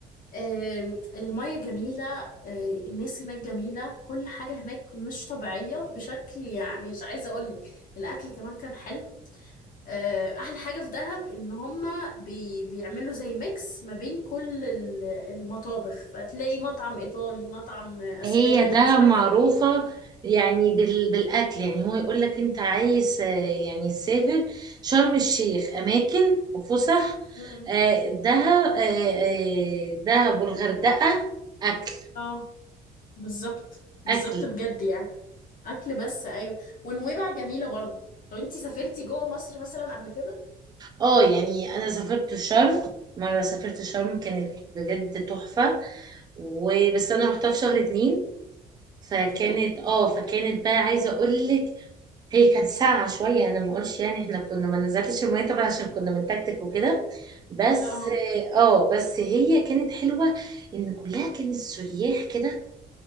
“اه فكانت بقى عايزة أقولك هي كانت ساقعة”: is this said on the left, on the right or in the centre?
Right